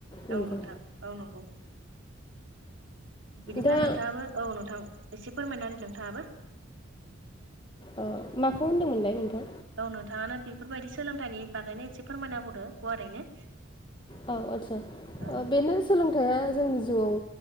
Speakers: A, on the left (about 20°); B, on the right (about 65°).
A: नंगौ
B: औ नोथां औ नंगौ बिदिब्ला
A: दा
B: नोंथाङाबो औ नोंथां एसे फोरमायना नोंथाङाबो
A: ओ माखौ होन्दोंमोनलाय नोंथां
B: औ नोंथाङानो बेफोरबायदि सोलोंथाइनि बागैनो एसे फोरमायनाबौदो गुवारैनो
A: औ आदसा
B: औ
A: बेनो सोलोंथाइया जोंनि जिउआव